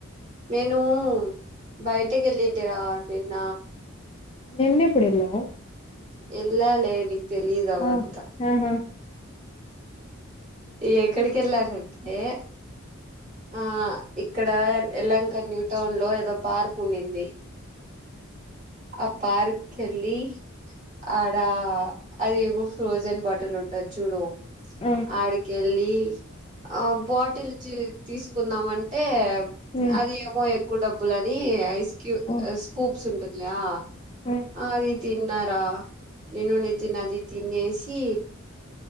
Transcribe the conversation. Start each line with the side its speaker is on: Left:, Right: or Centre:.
Right: నేను బయటకి వెళ్ళింటిరా నిన్న
Left: నిన్న ఎప్పుడు వెళ్లావ్
Right: ఎల్లా లే నిక్ తెలీదు అవంతా
Left: ఆ ఆహా
Right: ఎక్కడికెళ్లానంటే ఆ ఇక్కడ ఎలంక న్యూ టౌన్ లో ఏదో పార్క్ ఉన్నింది అ పార్కి ఎల్లి ఆడ అది ఏవో ఫ్రోజన్ బాటిల్ ఉంటది చూడు
Left: ఆ
Right: ఆడి లి ఆ బాటిల్స్తీ తీ తీసుకుందామనంటే
Left: ఉమ్
Right: అది ఏమో ఎక్కువ డబ్బులు అని ఐస్ క్యూబ్
Left: ఆ
Right: స్కూబ్స్ ఉంటుంది ఆ
Left: ఆ
Right: ఆది తిన్నారా నేను నితిన్ తినేస్ సి